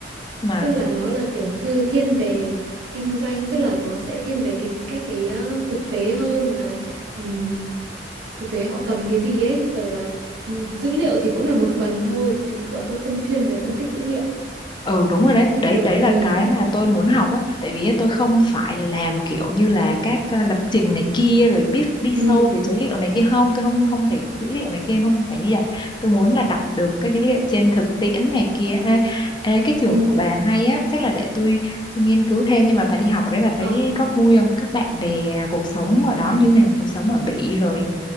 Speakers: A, on the left; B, on the right.
A: mà
B: tức là nó là kiểu thư thiên về kinh doanh tức là nó sẽ thiên về cái các cái ờ, thực tế hơn là ừm, thực tế họ cần cái gì ấy rồi là ừm, dữ liệu thì cũng là một phần thôi chứ bọn tôi không chuyên về phân tích dữ liệu
A: ừ đúng rồi đấy
B: như
A: đấy
B: kiểu
A: đấy là
B: ừ
A: cái mà tôi muốn học ấy tại vì tôi không phải là làm kiểu như là các ờ, lập trình này kia rồi biết đi
B: ừ
A: sâu về số liệu này kia không tôi không không phải dữ liệu này kia không phải như vậy tôi muốn là đọc được các dữ liệu trên thực tiễn này kia ê, ê, cái trường
B: ừ
A: của bà hay á chắc là để tôi tôi nghiên cứu thêm nhưng mà bà đi học ở đấy bà thấy
B: ờ
A: có vui không các bạn bè cuộc sống ở đó như nào cuộc sống ở Bỉ rồi